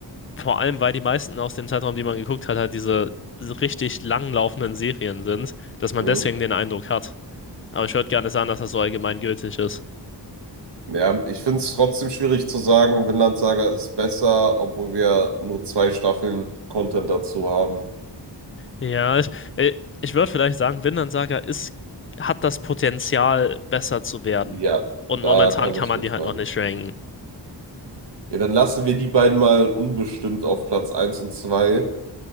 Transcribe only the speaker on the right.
Mhm.
Ja, ich finde es trotzdem schwierig zu sagen, Vinland Saga ist besser, obwohl wir nur zwei Staffeln Content dazu haben.
Ja,
da
kann
ich
mitfahren.
Ja, dann lassen wir die beiden mal unbestimmt auf Platz eins und 2.